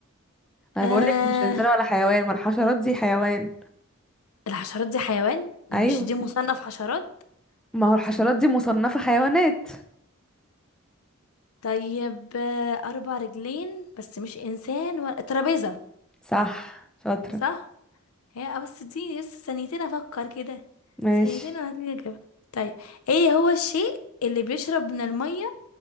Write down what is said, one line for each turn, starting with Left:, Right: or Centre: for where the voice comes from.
Centre: أنا
Left: آه
Centre: بقولك مش إنسان ولا حيوان ما الحشرات دي حيوان
Left: الحشرات دي حيوان مش
Centre: أيوة
Left: دي مصنف حشرات
Centre: ما هو الحشرات
Left: اصلا
Centre: دي مصنفة حيوانات
Left: طيب آه، اربع رجلين بس مش انسان ولا ترابيزة
Centre: صح شاطرة
Left: صح هي آه، بس اديني لسه ثانيتين افكر كده
Centre: ماشي
Left: ثانيتين وهتلاقيني اجيبها طيب ايه هو الشيء اللي بيشرب من الميه